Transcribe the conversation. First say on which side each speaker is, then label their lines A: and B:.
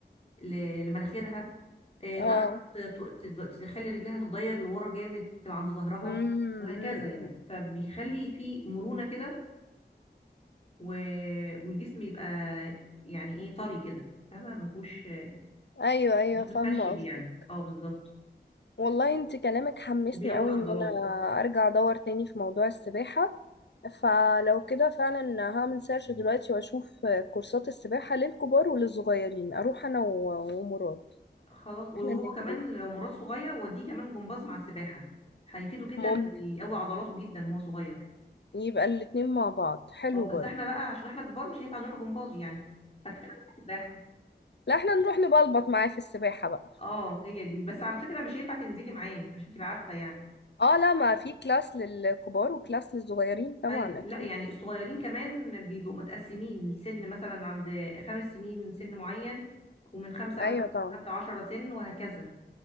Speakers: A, on the left (about 35°); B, on the left (about 80°).
A: ل... لمناخيرها آه، تعرف
B: اه
A: ت- ت- ت- تخلي رجلها تتضير لورا جامد تبقى عند ظهرها
B: امم
A: وهكذا يعني فبيخلي فيه مرونة كده و... والجسم يبقى يعني ايه طري كده فاهمة مفهوش
B: أيوه أيوه
A: مش
B: فاهمة
A: متخشب
B: قصدي
A: يعني اه بالظبط
B: والله انت كلامك حمسني
A: وبيقوي
B: قوي
A: عضلات
B: ان انا ارجع ادور تاني في موضوع السباحة فلو كده فعلا هعمل سيرش دلوقتي واشوف كورسات السباحة للكبار وللصغيرين اروح انا و- ومراد
A: خلاص وهو
B: احنا الاتنين
A: كمان لو مراد صغير وديه كمان جمباز مع السباحة هيفيده جدا
B: ممكن
A: ويقوي عضلاته جدا وهو صغير
B: يبقى الاتنين مع بعض حلو
A: اه بس
B: برضه
A: احنا بقى عشان احنا كبار مش هينفع نروح جمباز يعني فكفاية نروح سباحة
B: لا احنا نروح نبلبط معاه في السباحة بقى
A: اه هي دي بس على فكرة مش هينفع تنزلي معاه عشان تبقى عارفة يعني
B: اه لا ما في كلاس للكبار وكلاس للصغيرين طبعا
A: ايوه
B: اكيد
A: لا يعني الصغيرين كمان بيبقوا متقسمين السن مثلا عند خمس سنين سن معين ومن خمسة مثلا
B: ايوه طبعا
A: لحد عشرة سن وهكذا